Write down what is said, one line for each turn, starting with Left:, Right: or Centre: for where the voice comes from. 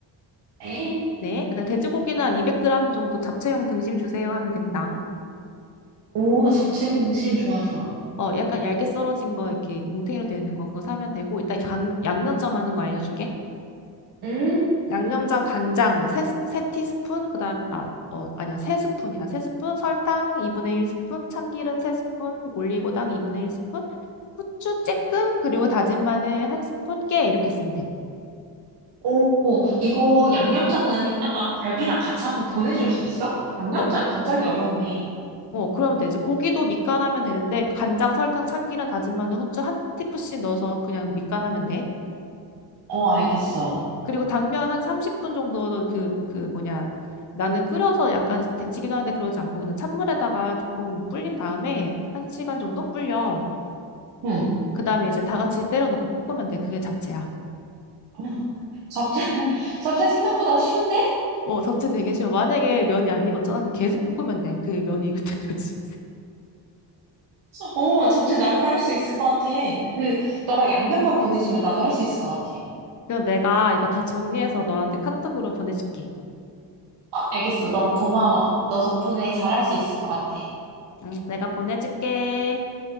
Right: 네.
Left: 네. 그다음 돼지고기는 한 200g 정도 잡채용 등심 주세요 하면 됩니다.
Right: 오, 잡채 공등심 좋아, 좋아.
Left: 어, 약간 얇게 썰어진 거, 이렇게 뭉탱이로 되어 있는 거 그거 사면 되고, 일단 양, 양념장 하는 거 알려줄게.
Right: 음.
Left: 양념장, 간장, 세, 세 티스푼, 그 다음, 아, 어, 아니야, 세 스푼이야. 세 스푼, 설탕 2분의 1 스푼, 참기름 세 스푼, 올리고당 2분의 1 스푼, 후추 쬐끔 그리고 다진 마늘 한 스푼 깨 이렇게 쓰면 돼.
Right: 오, 오, 이거 양념장은 이따가 갈비랑 같이 한번 보내줄 수 있어? 양념장
Left: 어,
Right: 굉장히 어렵네.
Left: 어 그러면 돼. 이제 고기도 밑간하면 되는데 간장, 설탕, 참기름, 다진 마늘, 후추 한 티프씩 넣어서 그냥 밑간하면 돼.
Right: 어, 알겠어.
Left: 그리고 당면 한 30분 정도 그 그 뭐냐 나는 끓여서 약간 데치기도 하는데 그러지 않고 그냥 찬물에다가 조금 불린 다음에 한 시간 정도 불려.
Right: 응.
Left: 그다음에 이제 다 같이 때려놓고 볶으면 돼. 그게 잡채야.
Right: 어, 잡채, <laughs> 잡채 생각보다 쉬운데?
Left: 어, 잡채 되게 쉬워. 만약에 면이 안 익었잖아. 그럼 계속 볶으면 돼. 그 면이 익을 때까지. <laughs>
Right: 어, 잡채 나도 할 수 있을 것 같아. 그, 너가 양념만 보내주면 나도 할 수 있을 것 같아.
Left: 그럼 내가 이거 다 정리해서 너한테 카톡으로 보내줄게.
Right: 어, 알겠어. 너무 고마워. 너 덕분에 잘할 수 있을 것 같아.
Left: 응, 내가 보내줄게.